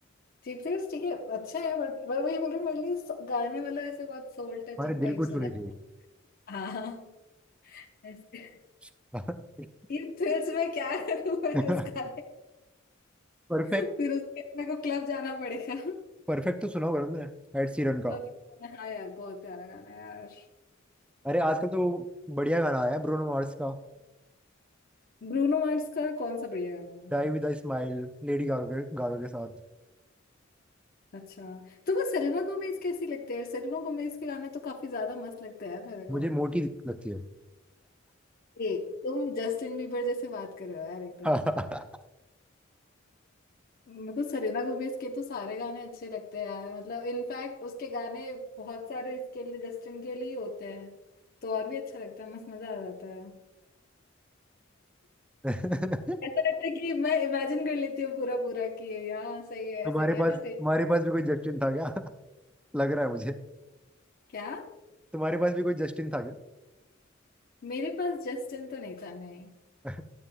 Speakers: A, on the left (about 50°); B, in the centre.
A: चीप थ्रिल्स ठीक है अच्छा है बट मैं वही बोल रही हूँ मेरे लिए स- गाने वाला ऐसे बहुत सोल टचिंग
B: हमारे दिल
A: टाइप्स
B: को
A: हो
B: छूने
A: जाता है हाँ ऐसे
B: चाहिए
A: ये थ्रिल्स में क्या करूँ मैं
B: <laughs>
A: उसका
B: परफेक्ट
A: फिर उसके मेरे को क्लब जाना पड़ेगा
B: परफेक्ट तो सुना होगा ना एड सीरन का
A: पर हाँ यार बहुत प्यारा गाना है यार
B: अरे आजकल तो बढ़िया गाना आया है ब्रूनो मार्स का
A: ब्रूनो मार्स का कौन सा बढ़िया गाना है
B: die with a smile Lady Gaga Gaga के साथ
A: अच्छा तुमको सेलेना गोमेज कैसी लगती है सेलेना गोमेज के गाने तो काफी ज्यादा मस्त लगते हैं यार मेरे
B: मुझे
A: को
B: मोटी लगती हो
A: ए, तुम जस्टिन बीबर जैसे बात कर रहे हो यार एकदम
B: <laughs>
A: मेरे को सेलेना गोमेज के तो सारे गाने अच्छे लगते हैं यार मतलब इनफैक्ट उसके गाने बहुत सारे इसके लिए जस्टिन के लिए ही होते हैं तो और भी अच्छा लगता है मस्त मजा आ जाता है
B: तुम्हारे
A: ऐसा लगता है कि मैं इमेजिन कर लेती हूँ पूरा पूरा कि ये यहाँ सही है
B: पास
A: ऐसा किया ना तेरे
B: तुम्हारे पास भी कोई जस्टिन था क्या <laughs> लग रहा है मुझे <laughs>
A: क्या
B: तुम्हारे पास भी कोई जस्टिन था क्या
A: मेरे पास जस्टिन तो नहीं था नहीं
B: <laughs>